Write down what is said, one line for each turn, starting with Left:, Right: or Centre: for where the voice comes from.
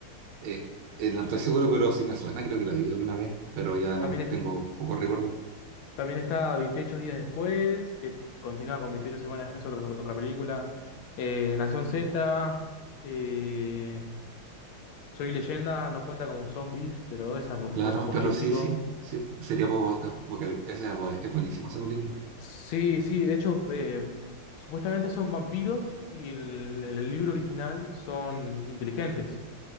Right: Eh, eh, no estoy seguro, pero sí me suena, creo que la vi alguna vez, pero ya
Left: También
Right: no tengo poco recuerdo.
Left: También está 28 días después, que continúa con 28 semanas, es otra, otra película. Eh, Nación Z, eh, Soy Leyenda, no cuenta como zombies, pero es apo- posapocalíptico.
Right: Claro, pero sí, sí, sí, sería Boca, Esa es, bu- es buenísima esa película.
Left: Sí, sí, de hecho, eh, supuestamente son vampiros y en el, en el libro original son inteligentes.